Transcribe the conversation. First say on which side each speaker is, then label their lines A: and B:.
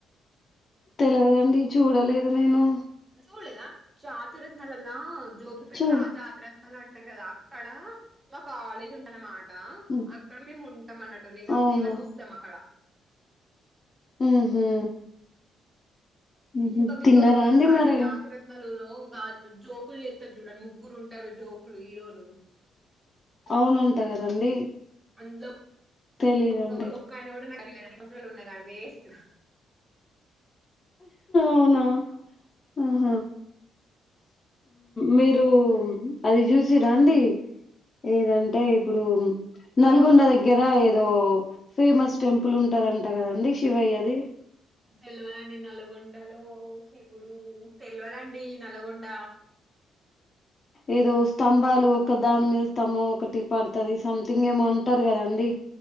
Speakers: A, on the left (about 35°); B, on the right (about 20°).
A: తెలవదండి చూడలేదు నేను
B: చూలేదా జాతీరత్నలల్ల జోగిపేట్
A: చూ
B: రా జాతిరత్నాలం ఉంటరు కదా అక్కడ మా కాలేజ్ ఉంటన్నమా ద
A: హ్మ్
B: అక్కడ మేము ఉంటాం అన్నట్టు నిలు
A: అవునా
B: నివసిస్తాం అక్కడ
A: ఉహు ఉహు
B: ఇంకా మీకు
A: తిన్నారా
B: ఓటి తెలుసా అండి
A: మరి
B: జాతిరత్నాలు వాళ్ళు జోకులు చేత్తరు చూడండి ముగ్గురు ఉంటారు జోకులు హీరోలు
A: అవునుంటా కదండి
B: అందులో
A: తెలీదండి
B: ఒక్క కు ఒక్క ఆయన కూడా ఎన్ని హాస్టల్ ఉన్న కాని వేస్ట్
A: అవునా ఆహా మీరు అది చూసి రండి ఏదంటే ఇప్పుడు నల్గొండ దగ్గర ఏదో ఫేమస్ టెంపుల్ ఉంటదంట కదండి శివయ్యది
B: తెల్వాదండి నల్లగొండలో శివుడు తెలవాదండి నల్గొండ
A: ఏదో స్తంభాలు ఒక దాని మీద స్తంభం ఒకటి పడుతది సంథింగ్ ఏమో అంటరు కదండి